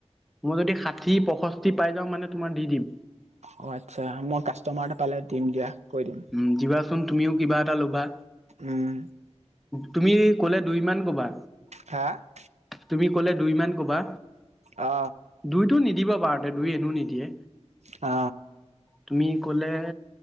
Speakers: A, in the centre; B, on the right.
A: মই যদি ষাঠি পয়ষষ্ঠি পাই যাওঁ মানে তোমাৰ দি দিম।
B: অ আচ্ছা মই কাষ্টমাৰটা পালে দিম দিয়া কৈ দিম।
A: উম দিবাচোন তুমিও কিবা এটা ল'বা
B: উম।
A: তুমি ক'লে দুই মান কবা।
B: <unintelligible>
A: তুমি কলে দুই মমান কবা।
B: অ।
A: দুইতো নিদিবা বাৰুতে দুই এনো নিদিয়ে।
B: অ।
A: তুমি ক'লে